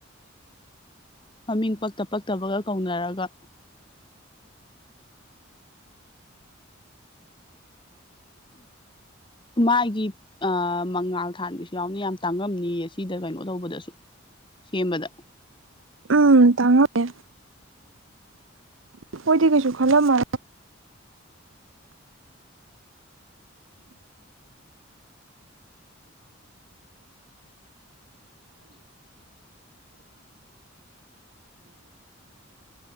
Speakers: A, on the left; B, on the right.
A: ꯃꯃꯤꯡ ꯄꯛꯇ ꯄꯛꯇꯕꯒ ꯀꯧꯅꯔꯒ ꯃꯥꯒꯤ ꯑ ꯃꯉꯥꯜ ꯊꯥꯟꯕꯤꯁꯨ ꯌꯥꯎꯅꯤ ꯌꯥꯝ ꯇꯥꯡꯉꯝꯅꯤꯌꯦ ꯁꯤꯗ ꯀꯩꯅꯣ ꯇꯧꯕꯗꯁꯨ ꯁꯤ ꯑꯃꯗ
B: ꯎꯝ ꯇꯥꯡꯉꯦ ꯍꯣꯏꯗꯤ ꯀꯩꯁꯨ ꯈꯜꯂꯝꯃꯦ
A: <inaudible>
B: ꯎꯝ